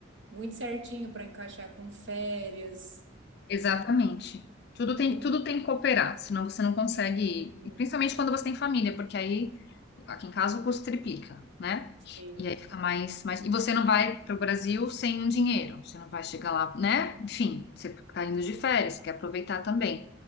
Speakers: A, on the right; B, on the left.
A: muito certinho para encaixar com férias,
B: Exatamente. Tudo tem,
A: com.
B: tudo tem que cooperar, senão você não consegue,
A: Sim,
B: e principalmente quando você tem família, porque aí, aqui em casa, o custo triplica, né?
A: sim.
B: E aí fica mais, mais. E você não vai para o Brasil sem um dinheiro, você não vai chegar lá, né? Enfim, você está indo de férias, quer aproveitar também.